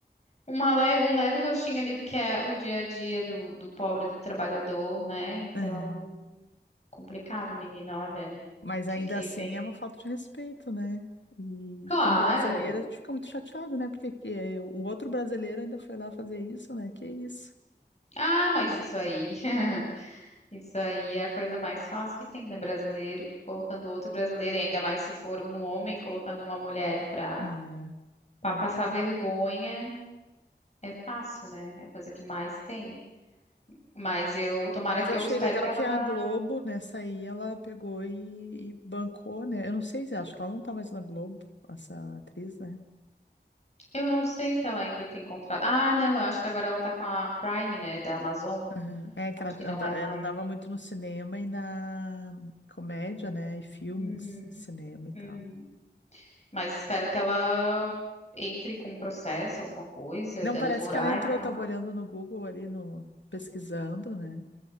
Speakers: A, on the left; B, on the left.
A: uma le- um leve gostinho ali do que é o dia a dia do, do pobre, do trabalhador, né? Então,
B: É.
A: complicado, menino, olha,
B: Mas ainda
A: fiquei
B: assim
A: bem.
B: é uma falta de respeito, né? E
A: Claro!
B: como brasileira, a gente fica muito chateado, né? Porque que, eh, o outro brasileiro ainda foi lá fazer isso, né? Que isso.
A: Ah, mas isso aí, <laughs> isso aí é a coisa mais fácil que tem, né? Brasileiro colocando outro brasileiro, e ainda mais se for um homem colocando uma mulher pra,
B: É,
A: pra
B: é.
A: passar vergonha, é fácil, né? É a coisa que mais tem. Mas eu, tomara
B: Mas
A: que,
B: eu
A: eu
B: achei
A: espero
B: legal
A: que ela.
B: que a Globo, nessa aí, ela pegou e, e bancou, né? Eu não sei se acho que ela não tá mais na Globo, essa atriz, né?
A: Eu não sei se ela ainda tem contrato. Ah, não, eu acho que agora ela tá com a Prime, né, da Amazon.
B: Aham. É que
A: Acho
B: ela,
A: que não
B: anda-
A: é mais.
B: ela andava muito no cinema e na comédia, né? E filmes,
A: Uhum,
B: e cinema e tal.
A: uhum. Mas espero que ela entre com um processo, alguma coisa,
B: Não,
A: danos
B: parece
A: morais,
B: que ela entrou,
A: sei
B: tava
A: lá.
B: olhando no Google ali, no, pesquisando, né?